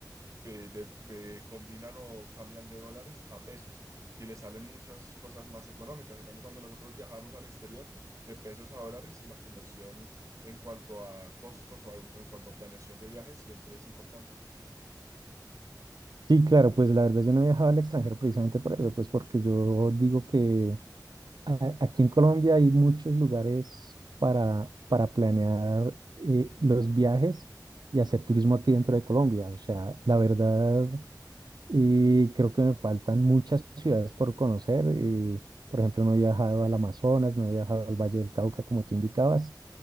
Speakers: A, on the right; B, on the right.
A: pe- de- pe- combinan o cambian de dólares a pesos y les salen muchas cosas más económicas. En cambio, cuando nosotros viajamos al exterior, de pesos a dólares y la conversión en cuanto a costos o en cuanto a planeación de viajes siempre es importante.
B: Sí, claro, pues la verdad yo no he viajado al extranjero precisamente por eso, pues porque yo digo que Aquí en Colombia hay muchos lugares para, para planear eh, los viajes y hacer turismo aquí dentro de Colombia. O sea, la verdad, eh, creo que me faltan muchas ciudades por conocer. eh, por ejemplo, no he viajado al Amazonas, no he viajado al Valle del Cauca, como tú indicabas.